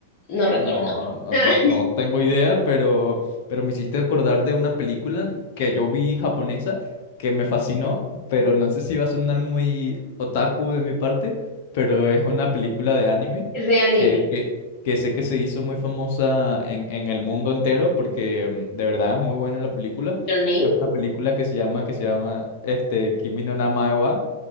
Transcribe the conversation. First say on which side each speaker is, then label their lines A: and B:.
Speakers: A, on the left (about 45°); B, on the left (about 60°).
A: no recuerdo
B: No,
A: el nombre.
B: no,
A: <laughs>
B: no, no tengo idea, pero, pero me hiciste acordar de una película que yo vi japonesa que me fascinó, pero no sé si va a sonar muy otaku de mi parte, pero es una película de anime
A: De anime.
B: que, que, que sé que se hizo muy famosa en, en el mundo entero porque mm, de verdad es muy buena la película.
A: Your Name.
B: Es una película que se llama, que se llama este, Kimi no Na wa